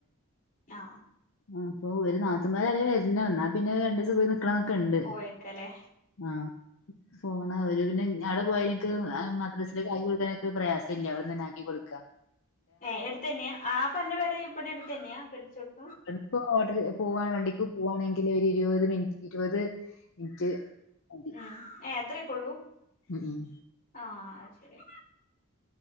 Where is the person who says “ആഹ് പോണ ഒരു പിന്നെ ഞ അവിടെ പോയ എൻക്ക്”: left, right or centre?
Left